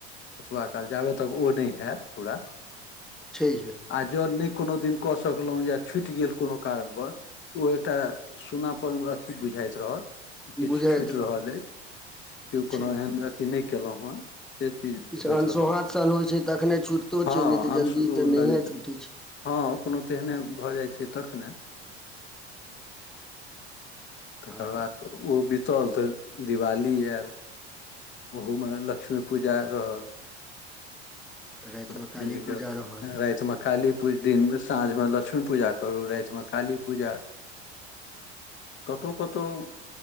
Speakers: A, on the left; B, in the centre.
A: ओतबा काल जाबे तक ओ नहि होयैत पूर
B: छै छ
A: आओ जर नहि कोनो दिन कऽ सकलहुँ या छुटि गेल कोनो कारणव ओ एकटा सुनापर अथी बुझाइत रह किछ
B: बुझाइत
A: छूटि रहल
B: रहत
A: अछि केओ कोनो
B: छैहे
A: एहन अथी नहि कयलहुँ हे से चीज
B: किछु
A: होइत
B: अनसोहान
A: रहल
B: सन होइ छै तखने छुटितो
A: हँ
B: छै नहि तऽ
A: अंशु
B: जल्दी तऽ नहिए
A: लगैत र
B: छुटै छै
A: हँ कोनो तेहने भऽ जाइ छै तखन तकर
B: आ
A: बाद ओ बितल तऽ दिवाली आय ओहुमे लक्ष्मी पूजा रह
B: रातिमे
A: लक्ष्मीजी
B: काली पूजा
A: के
B: रहल
A: रतमे खाल दिन साँझमे लक्ष्मी पूजा करू रातिमे कालीपूजा कतहु कतह